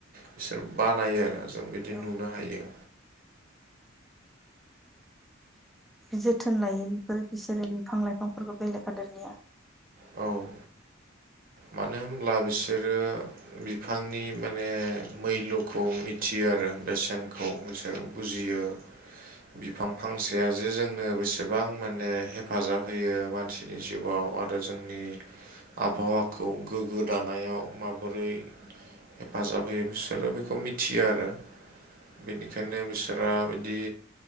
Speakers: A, on the right; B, in the centre.
A: बिसोर बानायो आरो जों बिदि
B: औ
A: नुनो हायो।
B: जोथोन लायो बेफोरो बिसोरो बिफां लाइफांफोरखौ बेलेग हादोरनिया।
A: औ। मानो होनब्ला बिसोरो। बिफांनि माने मैल्यखौ मिथियो आरो बेसेनखौ। बुजियो बिफां फांसेया जे जोंनो बेसेबां माने हेफाजाब होयो मानसि। नि जिउआव आरो जोंनि आबहावा। खौ गोग्गो दानायाव माबोरै हेफाजाब होयो बिसोरो बिखौ मिथियो आरो। बेनिखायनो बिसोरा बिदि